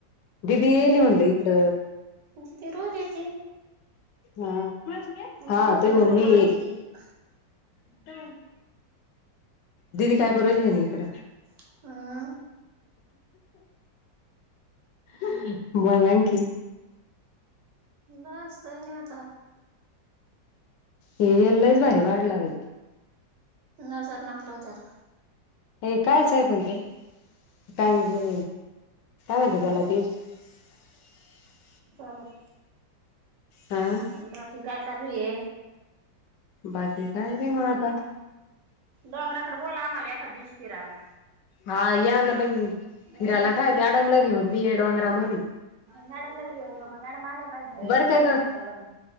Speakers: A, on the left (about 75°); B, on the right (about 70°).
A: दिदी यायली म्हणलं इकड.
B: दीदी रोज येते
A: हा हा
B: दीवस
A: तुही मम्मी
B: भर राहते
A: ये.
B: दिदी. <inaudible>
A: <inaudible> दिदी काय करोल होनी इकड
B: हम्म
A: <unintelligible> मग आणखी
B: बस काही नाही आता.
A: ये एल्लयंच भारी वाढलां बाई
B: नजर नकल हो त्यां
A: हे कायचं आहे पणं ते कांग कायं माहिती त्यांला ती ह <unintelligible>
B: कांबरं
A: हम्मं
B: बाकी कायं चालूं ये
A: बाकी कायं नाहीं मं आतां
B: डोंगराकडे बोलवां आम्हांला एकां डिशी फिरायंला
A: हां यां न बाई
B: अं
A: फिरायंला कायं मं मॅडमला घेऊन बी डोंगरा मधी
B: मॅडमला घेऊन ये कां मॅडम आल्यां पाहिजे रविवारी
A: बरं काय ग
B: चला